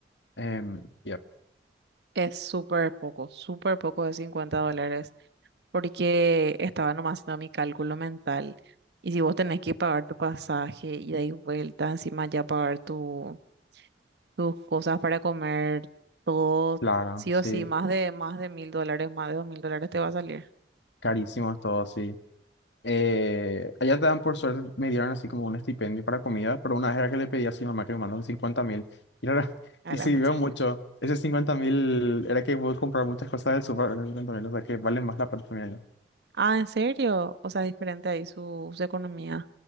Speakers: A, on the left; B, on the right.
A: em, ir.
B: Es súper poco, súper poco de 50 dólares, porque estaba nomás haciendo mi cálculo mental. Y si vos tenés que pagar tu pasaje ida y vuelta, encima ya pagar tu, tus cosas para comer, todo,
A: Claro,
B: sí
A: sí,
B: o sí, más de más de mil dólares, más de dos mil dólares te va a salir
A: carísimo es todo, sí. Eh, allá te dan, por suerte, me dieron así como un estipendio para comida, pero una vez era que le pedí a mi mamá que me mandó un cincuenta mil. Y, ahora- <laughs>
B: a
A: y
B: la
A: sirvió
B: fecha.
A: mucho. Ese cincuenta mil era que pude comprar muchas cosas del súper con esos 50 mil, o sea que vale más la plata. que me dieron.
B: Ah, ¿en serio? O sea, es diferente ahí su, su economía